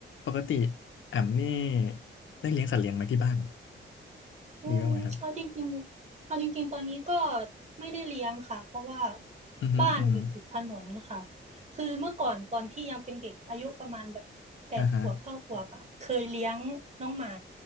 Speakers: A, on the left; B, on the right.
A: ปกติแอมนี่ได้เลี้ยงสัตว์เลี้ยงไหมที่บ้าน
B: อืมเอาจริงๆเอาจริงๆตอนนี้ก็
A: มีบ้างไหมครับ
B: ไม่ได้เลี้ยงค่ะเพราะว่า
A: อือฮึอือฮึ
B: บ้านอยู่ติดถนนค่ะคือเมื่อก่อนตอนที่ยังเป็นเด็กอายุประมาณแบบแปดขวบเก้าขวบอ่ะเคยเลี้ยงน้องหมา
A: อ่าฮะ